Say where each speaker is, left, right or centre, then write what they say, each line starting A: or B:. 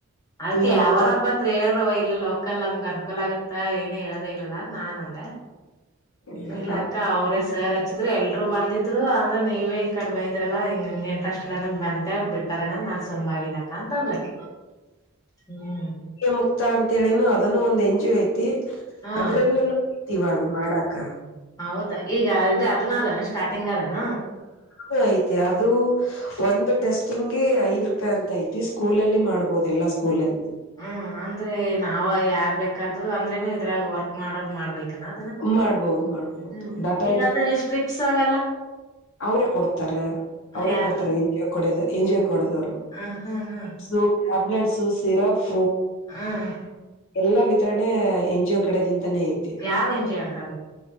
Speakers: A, on the left (about 15°); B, on the left (about 60°).
A: ಅದ್ಕ
B: ಅನಿಮಿಯ ಮುಕ್ತ
A: ಅವರ ಬಂದ್ರೆ ಹೇಳರ ವಯ. ಇಲ್ಲ ಲೋಕಲ್ ನಮ್ಗ ಅನ್ಕೋಲ್ ಆಗತ್ತ ಏನ ಹೇಳದೇ ಇಲ್ಲಲ್ಲ ನಾನ್ ಅಂದೆ........
B: ಇಲ್ಲ
A: ಅ
B: ನಾ
A: ಅವ್ರೇ ಸರ್ ಹಚ್ಚಿದ್ರು ಎಲ್ರು ಬಂದಿದ್ರು ಅಂದ್ರೆ ನೀವ ಈ ಕಡೆ ಬೈಂದಿದ್ರಲ್ಲಾ ಈಂಗ್ ನಿಮ್ಗೆ ಇಂಟ್ರೆಸ್ಟ್. ಬಂತೆ ಬಿಟ್ಟಾರನಂದ ನಾನ್ ಸುಮ್ಮಗಿನಕ್ಕ ಅಂತ ಅನ್ಲಕ್ಕಿ ಹ್ಮ್.
B: ಮುಕ್ತಾ ಅಂತನನು ಅದನ್ನು ಒಂದ್ ಎಂ ಜಿ ಯತಿ.
A: ಹಾ
B: ಅದ್ರಲ್ಲತಿ ಇವಾಗ ಮಾಡಾಕ.
A: ಹೌದಾ ಈಗ ಇದು ಅದನ ಅದಾನ ಸ್ಟಾರ್ಟಿಂಗ್ ಅದಾನ.
B: ಅದು ಆಯಿತಿ ಅದು..... ಒಂದು ಟೆಸ್ಟಿಂಗಗೆ ಐದ್ ರೂಪಾಯಿ ಅಂತ ಐತಿ ಸ್ಕೂಲಲ್ಲಿ ಮಾಡ್ಬಹದು ಎಲ್ಲಾ ಸ್ಕೂಲಲ್ಲಿ.
A: ಹ್ಮ ಅಂದ್ರೆ ನಾವ ಯಾರ್ ಬೇಕಾದ್ರು ಅಂದ್ರೇನು ಇದ್ರಾಗ ವರ್ಕ್ ಮಾಡೋರ್ ಮಾಡ್ಬೇಕನ.
B: ಮಾಡ್ಬೋದು ಮಾಡ್ಬೋದು
A: ಹ್ಮ್
B: ಡಾಟಾ
A: ಈಗ ಅದೇ ಸ್ಟ್ರಿಪ್ಸ್ ಅವೆಲ್ಲ.
B: ಅವ್ರೇ ಕೊಡ್ತಾರೆ ಅವ್ರೇ
A: ಯಾರು
B: ಕೊಡ್ತಾರೆ ಎಂಜಿ ಕೊಡ ಎಂಜಿ ಕೊಡದವ್ರು.
A: ಹ ಹಾ ಹಾ.
B: ಸೂಪ್ ಟೇಬ್ಟ್ಸ್ ಸಿರಪ್
A: ಹ್ಮ್
B: ಎಲ್ಲಾ... ಈತ್ರೇ ಎನ್ ಜಿ ಕಡೆದಿಂದಾನೆ ಇಐತ್ತು.
A: ಯಾವ ಎಂಜಿ ಹಾಕದ.